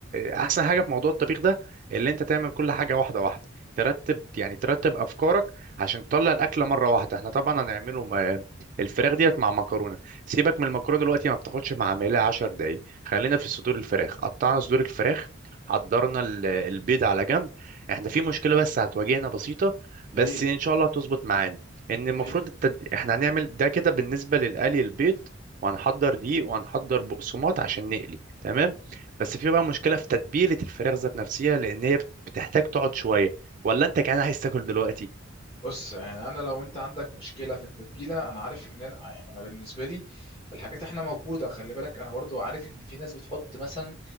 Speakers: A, on the right; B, on the left.
A: احسن حاجه في موضوع الطبيخ ده اللي انت تعمل كل حاجه واحده واحده ترتب يعني ترتب افكارك عشان تطلع الاكله مره واحده احنا طبعا هنعمله م- الفراخ ديت مع مكرونه سيبك من المكرونه دلوقتي ما بتاخدش مع عمليه 10 دقايق خلينا في صدور الفراخ قطعنا صدور الفراخ حضرنا ال- البيض على جنب احنا في مشكله بس هتواجهنا بسيطه بس
B: ايه
A: ان شاء الله هتظبط معانا ان المفروض
B: ايه
A: التد... احنا هنعمل ده كده بالنسبه للقلي البيض وهنحضر دقيق وهنحضر بقسماط عشان نقلي تمام بس في بقى مشكله في تتبيله الفراخ ذات نفسها لان هي بتحتاج تقعد شويه ولا انت كمان عايز تاكل دلوقتي
B: بص يعني انا لو انت عندك مشكله في التتبيله انا عارف ان انا يعني انا بالنسبه لي الحاجات احنا موجوده خلي بالك انا برضو عارف ان في ناس بتحط مثلا